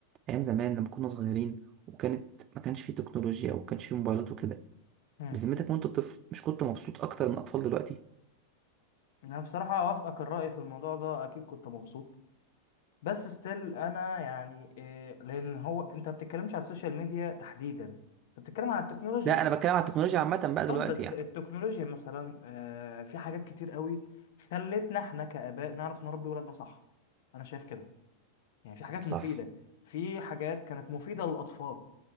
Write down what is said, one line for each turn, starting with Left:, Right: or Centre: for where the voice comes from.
Right: ايام زمان لما كنا صغيرين وكانت ما كانش فيه تكنولوجيا وما كانش فيه موبايلات وكده
Left: مم.
Right: بذمتك وانت طفل مش كنت مبسوط اكتر من اطفال دلوقتي
Left: انا بصراحة اوافقك الرأي في الموضوع ده اكيد كنت مبسوط بس ستيل انا يعني إيه لان هو انت بتتكلمش على السوشيال ميديا تحديدا انت بتتكلم على التكنولوجيا
Right: لا انا بتكلم على التكنولوجيا عامه بقى
Left: طب
Right: دلوقتي
Left: بس
Right: يعني
Left: التكنولوجيا مثلا آه، في حاجات كتير قوي خلتنا احنا كآباء نعرف نربي ولادنا صح انا شايف كده يعني في حاجات
Right: صح
Left: مفيدة في حاجات كانت مفيدة للأطفال